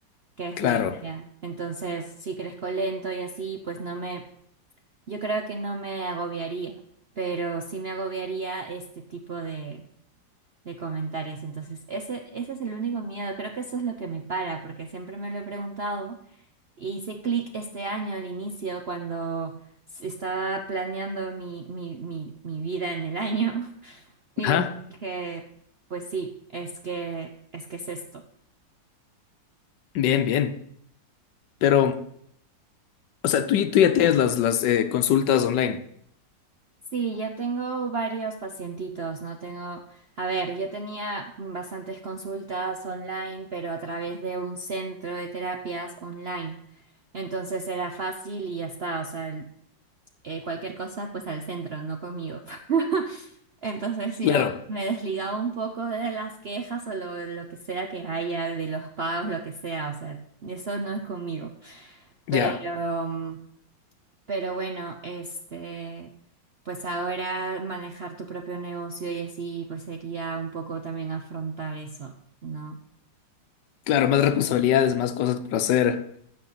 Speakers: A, on the right; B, on the left.
A: Que es
B: claro.
A: la idea. Entonces, si crezco lento y así, pues no me, yo creo que no me agobiaría, pero sí me agobiaría este tipo de de comentarios. Entonces, ese, ese es el único miedo. Creo que eso es lo que me para, porque siempre me lo he preguntado. Y hice clic este año al inicio cuando s- estaba planeando mi, mi, mi, mi vida en el año. <laughs> Y
B: Ajá,
A: le dije, pues sí, es que, es que es esto.
B: bien, bien. Pero, o sea, tú, tú ya tienes las, las eh, consultas online.
A: Sí, ya tengo varios pacientitos, ¿no? Tengo, a ver, yo tenía bastantes consultas online, pero a través de un centro de terapias online. Entonces era fácil y ya está. O sea, eh, cualquier cosa, pues al centro, no conmigo. <laughs> Entonces yo
B: Claro,
A: me desligaba un poco de las quejas o lo, lo que sea que haya, de los pagos, lo que sea, o sea, eso no es conmigo. Pero,
B: ya,
A: mm, pero bueno, este, pues ahora manejar tu propio negocio y así, pues sería un poco también afrontar eso, ¿no?
B: claro, más responsabilidades, más cosas por hacer,